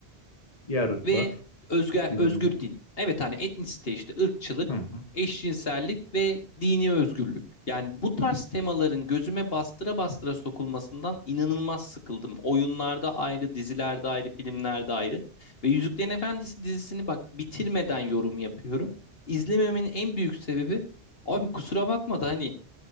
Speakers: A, on the left; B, on the left.
A: diğer ırklar
B: ve özgür,
A: gibi
B: özgür
A: mi?
B: din. Evet hani etnisite işte ırkçılık,
A: Hı hı.
B: eşcinsellik ve dini özgürlük. Yani bu tarz temaların gözüme bastıra bastıra sokulmasından inanılmaz sıkıldım. Oyunlarda ayrı, dizilerde ayrı, filmlerde ayrı. Ve Yüzüklerin Efendisi dizisini bak bitirmeden yorum yapıyorum. İzlememenin en büyük sebebi abi kusura bakma da hani